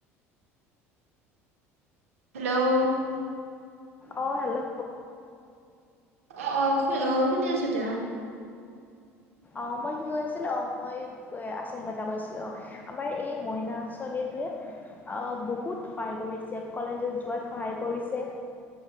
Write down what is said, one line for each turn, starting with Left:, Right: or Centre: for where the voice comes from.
Right: হেল্ল'অ
Left: অ হেল্ল'অ।
Right: অ অ শু অ শুনি আছোঁ দিয়া।
Left: অ মই কি কয় আছিলো অ মই আঁচনিৰ কথা কৈছিলোঁ অ আমাৰ এই মইনা আঁচনি টোৱেই আহ বহুত সহায় কৰিছে কলেজত যোৱাত সহায় কৰিছে।